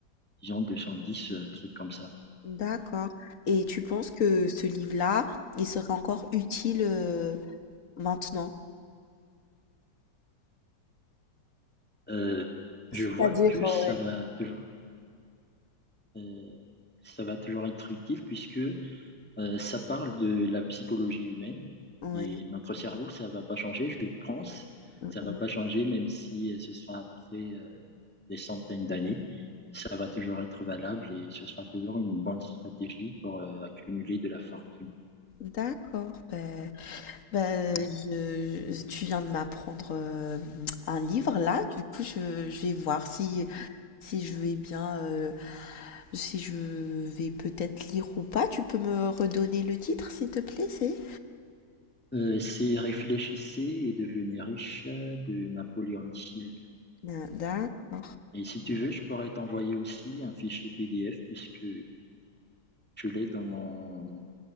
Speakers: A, in the centre; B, on the left.
A: disons 210, euh, trucs comme ça.
B: d'accord. Et tu penses que ce livre-là, il serait encore utile euh, maintenant?
A: Euh, je
B: C'est-à-dire,
A: vois que
B: ouais.
A: ça va toujours, euh, ça va toujours être utile puisque euh, ça parle de la psychologie humaine
B: Oui.
A: et notre cerveau, ça va pas changer, je pense.
B: Mm,
A: Ça
B: mm.
A: va pas changer même si euh, ce sera après euh, des centaines d'années. Ça va toujours être valable et ce sera toujours une bonne stratégie pour euh, accumuler de la fortune.
B: D'accord. Ben, ben,
A: Ouais.
B: je, je- tu viens de m'apprendre euh, un livre là. Du coup, je, je vais voir si... Si je vais bien, heu, si je vais peut-être lire ou pas, tu peux me redonner le titre, s'il te plaît, c'est?
A: Euh, c'est Réfléchissez et devenez riche euh, de Napoléon Hill.
B: Mmh, d'accord.
A: Et si tu veux, je pourrais t'envoyer aussi un fichier PDF puisque je l'ai dans mon